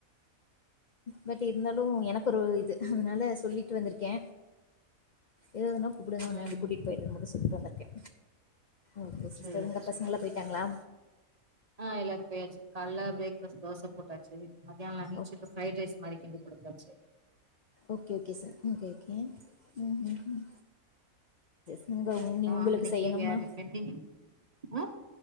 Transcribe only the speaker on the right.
ம்
சேரி
சேரி
ஆ எல்லாரு போயாச்சு கால பிரேக்ஃபாஸ்ட் தோச போட்டாச்சு மாத்தியான லஞ்ச்க்கு
ஃப்ரைட் ரைஸ் மாரி கிண்டி குடுத்தச்சி
அப்றோ
அனைக்கி
வேற பெண்டிங் <inaudible> ஆ